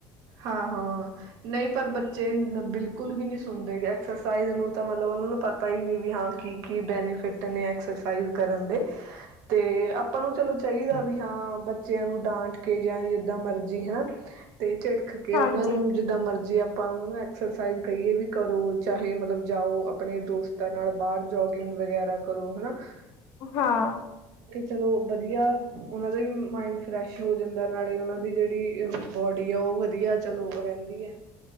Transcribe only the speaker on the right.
ਹਾਂ ਹਾਂ। ਨਹੀਂ ਪਰ ਬੱਚੇ ਬਿਲਕੁਲ ਵੀ ਨੀ ਸੁਣਦੇ ਐਕਸਰਸਾਈਜ਼ ਨੂੰ ਤਾਂ ਮਤਲਬ ਉਹਨਾ ਨੂੰ ਪਤਾ ਹੀ ਨੀ ਵੀ ਹਾਂ ਕੀ ਕੀ ਬੈਨੀਫਿਟ ਨੇ ਐਕਸਰਸਾਈਜ਼ ਕਰਨ ਦੇ ਤੇ । ਆਪਾਂ ਨੂੰ ਚਲੋ ਚਾਹੀਦਾ ਵੀ ਹਾਂ ਬੱਚਿਆਂ ਨੂੰ ਡਾਂਟ ਕੇ ਜਾਂ ਜਿਦਾਂ ਮਰਜੀ ਹਨਾ ਤੇ ਚਿੜ । ਦੇਖ ਕੇ
ਉਹਨਾਂ ਨੂੰ ਜਿੱਦਾਂ ਮਰਜ਼ੀ ਆਪ । ਆਪ ਉਹਨਾਂ ਨੂੰ ਐਕਸਰਸਾਈਜ਼ ਕਹੀਏ ਵੀ ਕਰੋ ਚਾਹੇ ਮਤਲਬ ਜਾਓ ਆਪਣੇ ਦੋਸਤਾਂ ਨਾਲ ਬਾਹਰ ਜੋਗਿੰਗ ਵਗੈਰਾ ਕਰੋ ਹਨਾ ।
ਚਲੋ ਵਧੀਆ । ਉਹਨਾਂ ਦਾ ਵੀ ਮਾਇੰਡ ਫਰੈਸ਼ ਹੋ ਜਾਂਦਾ ਨਾਲੇ ਉਹਨਾਂ ਦੀ ਜਿਹੜੀ ਬੋਡੀ ਆ ਉਹ ਵਧੀਆ। ਵਧੀਆ ਚਲੋ ਉਹ ਰਹਿੰਦੀ ਹੈ